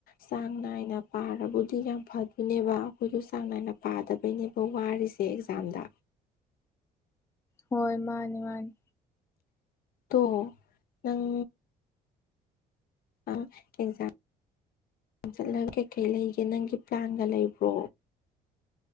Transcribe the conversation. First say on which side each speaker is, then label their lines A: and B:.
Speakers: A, on the left; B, on the left.
A: ꯆꯥꯡ ꯅꯥꯏꯅ ꯄꯥꯕꯨꯗꯤ ꯌꯥꯝ ꯐꯗꯣꯏꯅꯦꯕ ꯑꯩꯈꯣꯏꯁꯨ ꯆꯥꯡ ꯅꯥꯏꯅ ꯄꯥꯗꯕ ꯑꯩꯈꯣꯏꯅꯦꯕ ꯋꯥꯔꯤꯔꯤꯁꯦ ꯑꯦꯛꯖꯥꯝꯗ
B: ꯍꯣꯏ ꯃꯥꯅꯤ ꯃꯥꯅꯤ
A: ꯇꯣ ꯅꯪ ꯑ ꯑꯦꯛꯖꯥꯝ ꯆꯠꯂꯒ ꯀꯩꯀꯩ ꯂꯩꯒꯦ ꯅꯪꯒꯤ ꯄ꯭ꯂꯥꯟꯒ ꯂꯩꯕ꯭ꯔꯣ